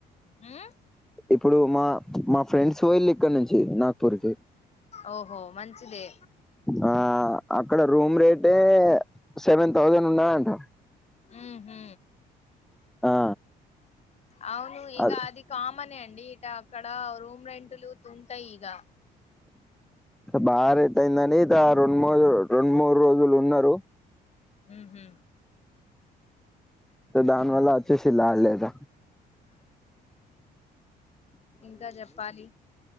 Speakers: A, on the left; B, in the centre.
A: ఉమ్
B: ఇప్పుడు మా మా ఫ్రెండ్స్ పోయిళ్ళు ఇక్కడ నుంచి నాగ్పూర్ కి
A: ఓహో మంచిదే
B: ఆ అక్కడ రూమ్ రేటే సెవెన్ థౌజండ్ ఉన్నదంట
A: ఉహు
B: ఆ
A: అవును ఈగ
B: అ
A: అది కామనే అండి ఈటా అక్కడ రూమ్ రెట్లు తూంటాయి ఇగ
B: బాగ రేటయిందని గా రొండు మూడు రో రొండు మూడు రోజులున్నరు
A: ఉమ్ హు
B: దాన్ వాళ్ళ అచ్చేసిల్లా ఆడ్లేదా
A: ఇంక చెప్పాలి